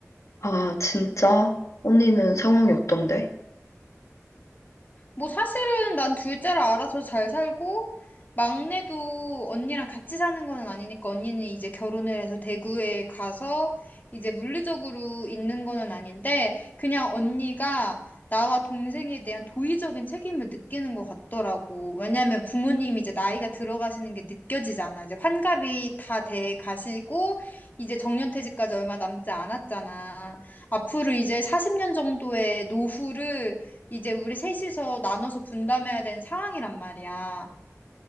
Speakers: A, on the left; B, on the left.
A: 아, 진짜? 언니는 상황이 어떤데?
B: 뭐 사실은 난 둘째라 알아서 잘 살고 막내도 언니랑 같이 사는 거는 아니니까 언니는 이제 결혼을 해서 대구에 가서 이제 물리적으로 있는 거는 아닌데 그냥 언니가 나와 동생에 대한 도의적인 책임을 느끼는 것 같더라고. 왜냐면 부모님이 이제 나이가 들어가시는 게 느껴지잖아. 이제 환갑이 다 돼 가시고 이제 정년퇴직까지 얼마 남지 않았잖아. 앞으로 이제 40년 정도의 노후를 이제 우리 셋이서 나눠서 분담해야 되는 상황이란 말이야.